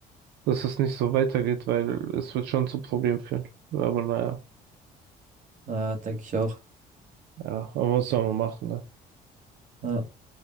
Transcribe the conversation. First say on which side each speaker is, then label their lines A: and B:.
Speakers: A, on the right; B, on the right.
A: dass es nicht so weitergeht, weil es wird schon zu Problemen führen. Aber naja,
B: Äh, denke ich auch.
A: ja, aber was soll man machen, ne?
B: Ja.